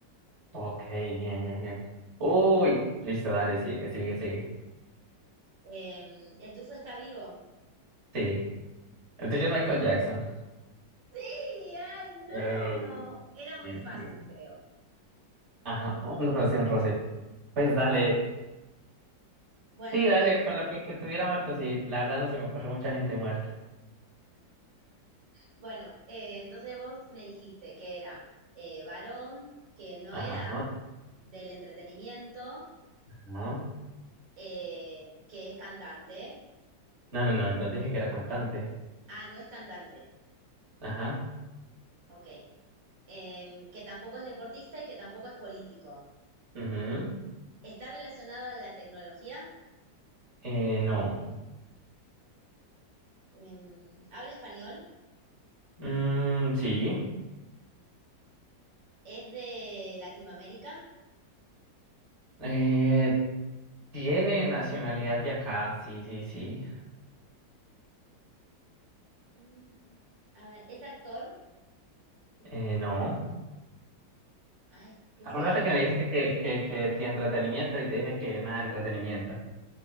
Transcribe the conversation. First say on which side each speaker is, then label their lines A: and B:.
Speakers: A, on the right; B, on the right.
A: Ok, bien, bien, bien. Uy, listo, dale, sigue, sigue, sigue.
B: Em, ¿el tuyo está vivo?
A: Sí, el tuyo es Michael Jackson.
B: Sí, ay, no.
A: Eh,
B: Era muy
A: bien,
B: fácil,
A: bien.
B: creo.
A: Ajá, un roce, un roce. Pues dale,
B: Bueno,
A: sí, dale,
B: en-
A: con lo que, que estuviera muerto, sí, la verdad no se me ocurre mucha gente muerta.
B: bueno, eh, entonces vos me dijiste que era eh, varón, que no
A: Ajá,
B: era del entretenimiento,
A: ajá.
B: eh, que es cantante.
A: No, no, no, entonces dije que era cantante.
B: Ah, no es cantante,
A: Ajá.
B: ok. Em, que tampoco es deportista y que tampoco es político.
A: ujú.
B: Está relacionado a la tecnología,
A: Eh, no.
B: em, habla español,
A: Mm, sí.
B: es de Latinoamérica.
A: Eh, tiene nacionalidad de acá, sí, sí, sí.
B: Mm, a ver, es actor.
A: Eh, no.
B: Ay, qué
A: Acuérdate
B: se... ac-
A: que me dijiste que, que, que sí, entretenimiento y te dije que nada de entretenimiento.